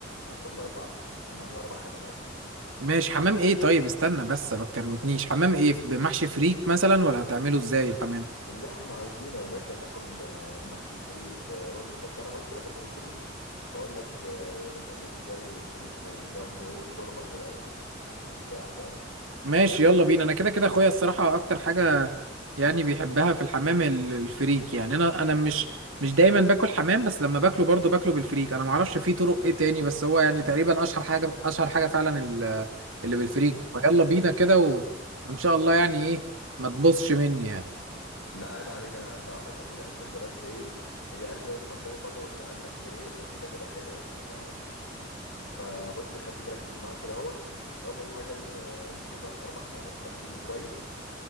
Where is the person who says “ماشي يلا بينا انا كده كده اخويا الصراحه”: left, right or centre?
Right